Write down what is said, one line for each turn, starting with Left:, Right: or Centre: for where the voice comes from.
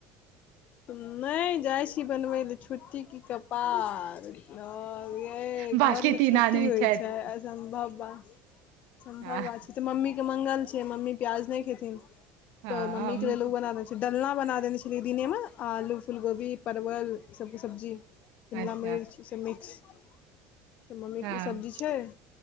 Left: नहि जाइ छी बनबै लए छुट्टीे कि कपार हये घर
Right: बाँकी
Left: मे
Right: तीन
Left: छुट्टी
Right: आदमी
Left: होइ
Right: छथि
Left: छै सम्भवा समभवा
Right: आ-
Left: छै त मम्मी के मंगल छै मम्मी प्याज नहि खेथिन
Right: हँ
Left: तो मम्मी
Right: हमहूँ
Left: के लेल उ बनाबै डलना बना देने छलियै दिनेमे आलू फूलगोभी परवल ई सभके सब्जी शिमला
Right: अच्छा
Left: मिर्च ई सब मिक्स तऽ मम्मीके
Right: हँ
Left: उ सब्जी छैन